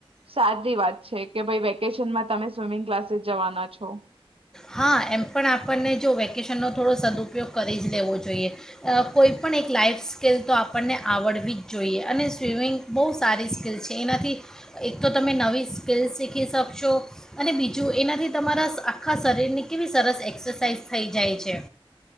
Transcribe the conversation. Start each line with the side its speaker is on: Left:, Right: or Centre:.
Right: સારી વાત છે કે ભઈ વક વેકેશન માં તમે સ્વિમિંગ ક્લાસીસ જવાના છો
Centre: હા એમ પણ આપણને જો વેકેશનનો થોડો સદુઉપયોગ કરી જ લેવો જોઈએ કોઈ પણ એક લાઈફ સ્કિલ તો આપણને આવડવી જ જોઈએ અને સ્વિમિંગ બહુ સારી સ્કિલ છે એનાથી એક તો તમે નવી સ્કિલ શીખી શકશો અને બીજું એનાથી તમારા આ આખા શરીરની કેવી સરસ એક્સરસાઇઝ થઈ જાય છે